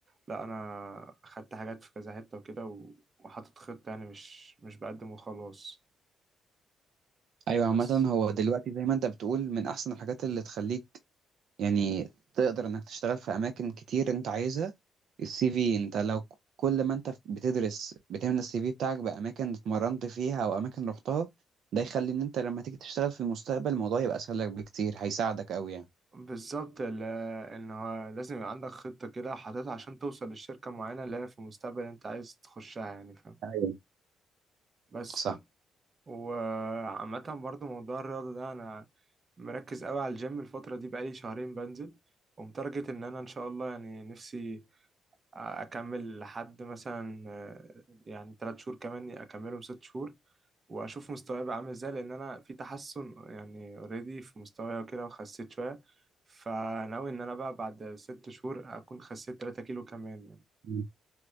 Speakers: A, on the right; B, on the right.
A: لا انا خدت حاجات في كذا حته وكده و... وحاطط خطه يعني مش مش بقدم وخلاص
B: ايوه عامة
A: بس
B: هو دلوقتي زي ما انت بتقول من احسن الحاجات اللي تخليك يعني تقدر انك تشتغل في اماكن كتير انت عايزها السي في انت لو ك- كل ما انت بتدرس بتملى السي في بتاعك باماكن اتمرنت فيها او اماكن رحتها ده يخلي ان انت لما تيجي تشتغل في المستقبل الموضوع يبقى اسهل لك بكتير هيساعدك قوي يعني
A: بالظبط ل- ان هو لازم يبقى عندك خطه كده حاططها عشان توصل لشركه معينه اللي هي في المستقبل انت عايز تخشها يعني فاهم
B: ايوه
A: بس
B: صح
A: إن- وعامه برضو موضوع الرياضه ده انا مركز قوي على الجيم الفتره دي بقالي شهرين بنزل ومتارجت ان انا ان شاء الله يعني نفسي اكمل لحد مثلا آه، يعني ثلاث شهور كمان اكملهم ست شهور واشوف مستواي بقى عامل ازاي لان انا في تحسن يعني اوريدي في مستواي وكده وخسيت شويه فناوي ان انا بقى بعد ست شهور اكون خسيت 3 كيلو كمان يعني.
B: مم.